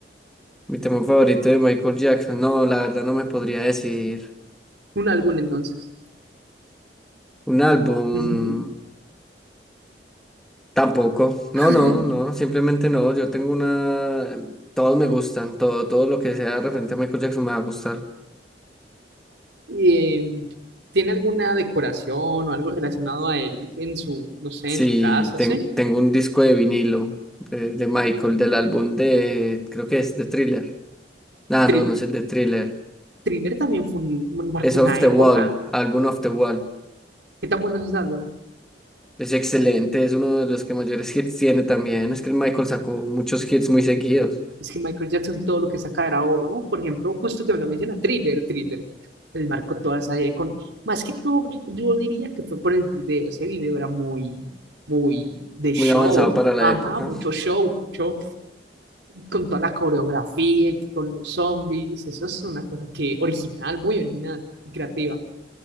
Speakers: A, in the centre; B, on the right.
A: Mi tema favorito de Michael Jackson, no, la verdad no me podría decir.
B: Un álbum entonces.
A: Un álbum,
B: Ujú.
A: Tampoco, no,
B: <laughs>
A: no, no, simplemente no, yo tengo una, todos me gustan, todo, todo lo que sea referente a Michael Jackson me va a gustar.
B: Y, em, ¿tiene alguna decoración o algo relacionado a él en su, no sé,
A: Sí,
B: en su casa?
A: ten-
B: ¿Sí?
A: tengo un disco de vinilo de, de Michael, del álbum de, creo que es de Thriller. Ah,
B: Thrill-
A: no, no es el de Thriller,
B: Thriller también fue un- marcó
A: es
B: una
A: Off the
B: época.
A: Wall, álbum Off the Wall.
B: ¿Qué tan bueno es ese álbum?
A: Es excelente, es uno de los que mayores hits tiene también, es que el Michael sacó muchos hits muy seguidos,
B: Es que Michael Jackson todo lo que saca era oro. Por ejemplo, justo que me lo menciona, Thriller, Thriller. Él marcó toda esa idea con... Más que todo, yo, yo diría que fue por el video. Ese video era muy, muy de show.
A: muy avanzado para la
B: Ajá,
A: época.
B: mucho show, mucho con toda la coreografía y con los zombies. Eso es una cosa que original, muy original y creativa.